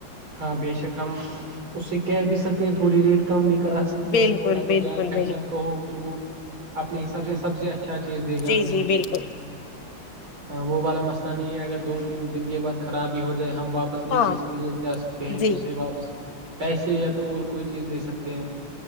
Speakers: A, on the right (about 65°); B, on the left (about 65°).
A: ہاں بے شک ہم اس سے کہہ بھی سکتے ہیں تھوڑی ریٹ کم بھی کرا سکتے
B: بالکل
A: ہیں اور اگر
B: بالکل
A: جان پہچان
B: بالکل
A: کو ہو پھر وہ اپنے حساب سے سب سے اچھا چیز دے گا
B: جی
A: ہمیں
B: جی بالکل
A: ہاں وہ والا مسئلہ نہیں ہے اگر دو تین دن کے بعد خرابی ہو ہم واپس لے
B: ہاں
A: کےے جا سکتے ہیں اس
B: جی
A: سے واپس پیسے یا تو اور کوئی چیز لے سکتے ہیں ہم